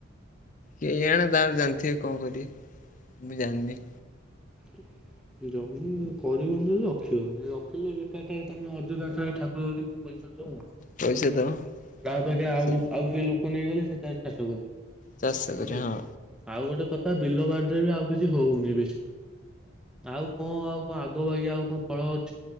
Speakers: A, on the left; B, in the centre.
A: କେ ଜଣେ ତାର ଜାଣିଥିବେ କଣ କରିବି ମୁ ମୁ ଜାଣିନି।
B: <inaudible> ଜମି କରିବନି ରଖିବନି ରଖିଲେ, ବେକାର ଟାଏ ତମେ ଅଯଦାଏ ଠା ପଇସା ଦଉ
A: ପଇସା ଦବ
B: ଗାଁ
A: ହୁଁ
B: ତ ଆଜ୍ଞା ଆଉ
A: ସିଏ
B: ଆଉ କିଏ ଲୋକ ପୋକ ନେଇଗଲେ ସେଠାର ଚାଷ କରିବେ
A: ଚାଷ
B: ବୁଝିପ
A: କରେ ହଁ।
B: ଆଉ ଗୋଟେ ତଥା ବିଲ ବାଡିରେ ବି ଆଉ କିଛି ହଉନି ବେଶୀ ଆଉ କଣ ଆଉ କଣ ଆଗ ଆଗ ଆଉ କଣ ଫଳ ଅଛି?